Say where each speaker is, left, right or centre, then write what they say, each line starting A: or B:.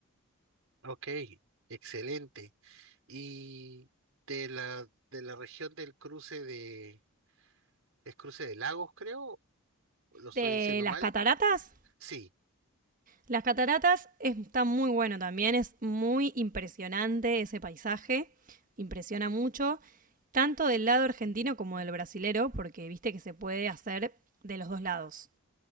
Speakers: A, on the right; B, on the right.
A: Ok, excelente. Y de la, de la región del cruce de, es cruce de lagos, creo, ¿lo estoy
B: De
A: diciendo
B: las
A: mal?
B: cataratas.
A: Sí,
B: Las cataratas está muy bueno también, es muy impresionante ese paisaje, impresiona mucho, tanto del lado argentino como del brasilero, porque viste que se puede hacer de los dos lados.